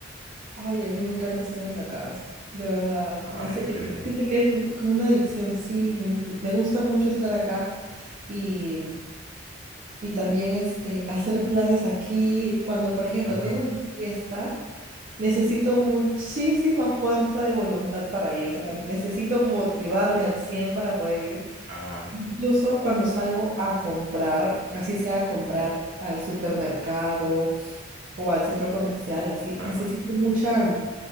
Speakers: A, on the right; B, on the right.
A: Ay, a mí me encanta estar en la casa, de verdad.
B: Ah,
A: Es-
B: en
A: es-
B: serio.
A: siento que es como una adicción, sí. Me, en- me gusta mucho estar acá y, y también este, hacer planes aquí. Cuando, por ejemplo,
B: Ah,
A: tengo una fiesta, necesito muchísima fuerza de voluntad para ir. O sea, necesito motivarme al 100 para poder ir.
B: ah,
A: Incluso cuando salgo a comprar, así sea a comprar al supermercado o al centro comercial, así,
B: claro.
A: necesito mucha